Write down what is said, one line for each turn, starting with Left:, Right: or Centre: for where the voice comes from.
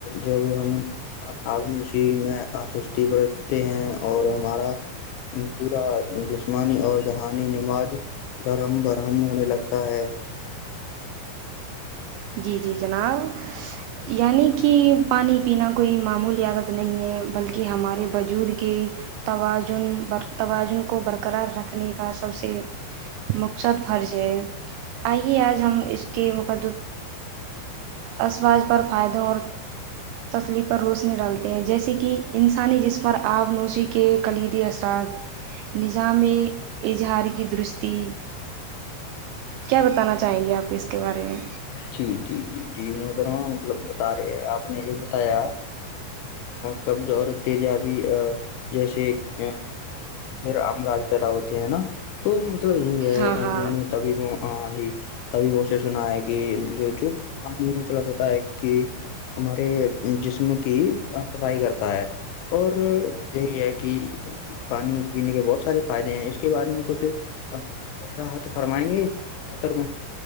Left: جب ہم آگنشی میں آستی بتے ہیں اور ہمارا پورا جسمانی اور دہانی نماز دھرم برہم ہونے لگتا ہے
Right: جی جی جناب یعنی کہ پانی پینا کوئی معمول عیاادت نہیں ہے بلکہ ہمارے وجود کے توازن توازن کو برقرار رکھنے کا سب سے مقصد فرض ہے آئیے آج ہم اس کے مقد اسواظ پر فائدوں اور تسلی پر روشنی ڈالتے ہیں جیسے کہ انسانی جس پر آب نوشی کے کلیدی اثرات نظام میں اظہار کی درستی کیا بتانا چاہیں گے آپ اس کو کے بارے میں
Left: جی جی جی جی متروان مطلب بتا رہے آپ نے یہ بتایا کبض اور تجاب جیسے ا مجھے امراج پیدا ہوتے ہیں نا تو مطلب یہی ہے
Right: ہاں ہاں
Left: میں نے تبھی وہ جی تبھی مے سنائے گا ان چوچو پانی مطلب ہوتا ہے کہ ہمارے جسم کی صفائی کرتا ہے اور یہی ہے کہ پانی پینے کے بہت سارے فائدے ہیں اس کے بارے میں کچھ وضاحت فرمائیں گے بتر میں